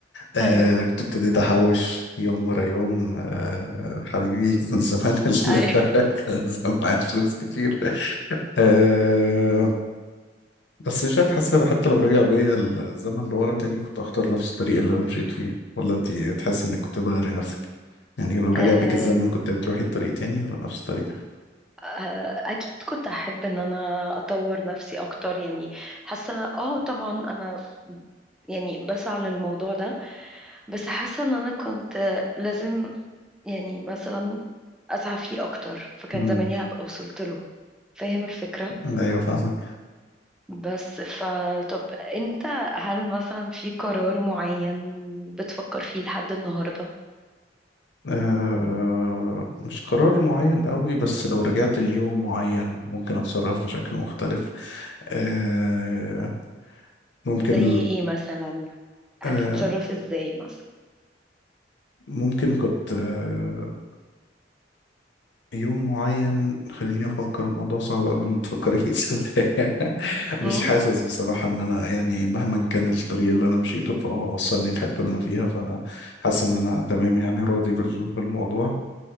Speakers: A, on the left; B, in the centre.
A: آه،
B: أيوه
A: كنت ابتديت احوش يوم ورا يوم آه، حبيبي <laughs> كان زمان ال-
B: أيوه
A: <laughs> كان زمان معايا فلوس كتير آه، بس شايف حاسس إن حتى لو رجع بيا الزمن لورا تاني كنت هختار نفس الطريق اللي انا مشيت فيه ولا انت تحس انك كنت تغيري نفسك يعني لو رجع
B: آم،
A: بيك الزمن كنت هتروحي طريق تاني ولا نفس الطريق
B: آه، أكيد كنت أحب إن أنا أطور نفسي أكتر يعني حاسة آه طبعا أنا يعني بسعى للموضوع ده بس حاسة ان انا كنت لازم يعني مثلا اسعى فيه اكتر فكان
A: امم
B: زماني هبقى وصلت له فاهم الفكرة
A: ايوه فاهمك
B: بس فطب انت هل مثلا في قرار معين بتفكر فيه لحد النهاردة
A: أه مش قرار معين قوي بس لو رجعت ليوم معين ممكن اتصرف بشكل مختلف أه ممكن
B: زي ايه مثلا هتتصرف
A: أه
B: ازاي مثلا
A: ممكن كنت أه يوم معين خليني افكر الموضوع صعب قبل ما تفكري فيه صدقني. <laughs> مش
B: امم
A: حاسس بصراحه ان انا يعني مهما كان الطريق اللي انا مشيته فهو وصلني للحته اللي انا فيها فانا حاسس ان انا تمام يعني راضي بال- بالموضوع